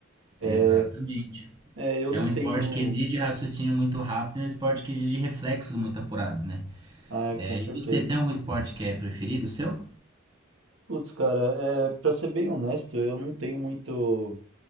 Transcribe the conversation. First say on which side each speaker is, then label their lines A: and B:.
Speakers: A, on the right; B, on the right.
A: É,
B: Exatamente.
A: é, eu
B: É
A: não
B: um
A: tenho.
B: esporte que exige raciocínio muito rápido, e é um esporte que exige reflexos muito apurados, né?
A: Ah, é,
B: É,
A: com certeza.
B: e você tem algum esporte que é preferido seu?
A: Putz, cara, é, pra ser bem honesto, eu não tenho muito.